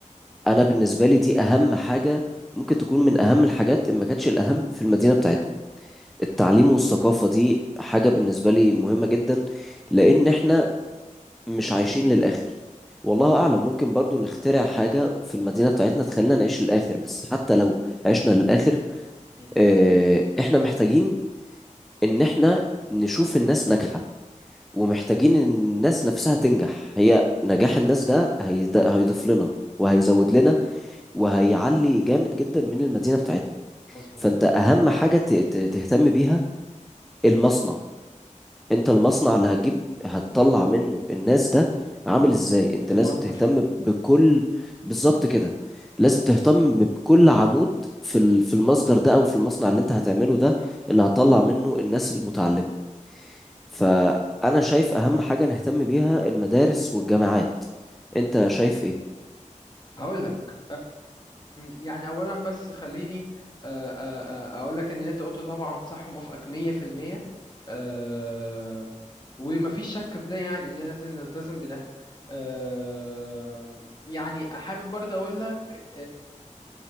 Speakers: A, in the centre; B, on the left.
A: انا بالنسبه لي دي اهم حاجه ممكن تكون من اهم الحاجات ان ما كانتش الاهم في المدينه بتاعتنا التعليم والثقافة دي حاجة بالنسبة لي مهمة جدا لأن إحنا مش عايشين للآخر والله أعلم ممكن برضو نخترع حاجة في المدينة بتاعتنا تخلينا نعيش للآخر بس حتى لو عشنا للآخر
B: مم.
A: آه، إحنا محتاجين إن إحنا نشوف الناس ناجحة ومحتاجين إن الناس نفسها تنجح هي نجاح الناس ده هيد- هيضيف لنا وهيزود
B: مظبوط
A: لنا وهيعلي جامد جدا من المدينة بتاعتنا
B: مظبوط
A: فأنت أهم حاجة ت- ت- تهتم بيها المصنع انت المصنع اللي هتجيب هتطلع منه الناس ده عامل ازاي انت
B: المصدر
A: لازم تهتم بكل بالظبط كده لازم تهتم بكل عمود في ال- في المصدر ده او في المصنع اللي انت هتعمله ده اللي هتطلع منه الناس المتعلمة فانا شايف اهم حاجة نهتم بيها المدارس والجامعات
B: مهم.
A: انت شايف ايه
B: هقول لك يعني اولا بس خليني آه، آه، آه، اقول لك ان اللي انت قلته طبعا صح وموافقك 100% أه، ومفيش شك في ده يعني لازم نلتزم بده أه، يعني حابب برضه اقول لك